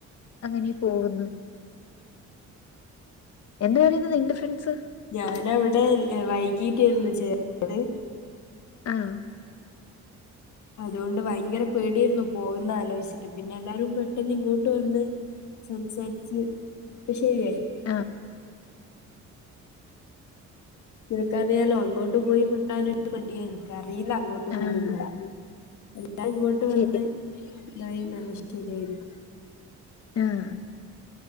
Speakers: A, on the left; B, on the left.
A: അങ്ങനെ പോകുന്നു എന്താ പറയുന്നത് നിന്റെ ഫ്രൻസ്
B: ഞാനവിടെ വൈകീട്ടായിരുന്നു ചേ അതെ
A: ആഹ
B: അതുകൊണ്ട് ഭയങ്കര പേടിരുന്നു പോകന്ന ആലോചിച്ചിട്ട് പിന്നെ എല്ലാരും പെട്ടെന്ന് ഇങ്ങോട്ട് വന്ന് സംസാരിച്ച് ഇപ്പൊ ശരിയായി
A: ആഹ
B: നിനക്കറിയാലോ അങ്ങോട്ട് പോയി മി ണ്ടട്ടാനൊരു മടി ആയിരുന്നു നിനക്ക അറിയില്ല അങ്ങോ
A: ആഹ്
B: പോണ്ട എല്ലാം ഇങ്ങോട്ട്
A: ശരി
B: വന്ന് ഇതായി നല്ല ശരിയായിപ്പോ
A: ആഹ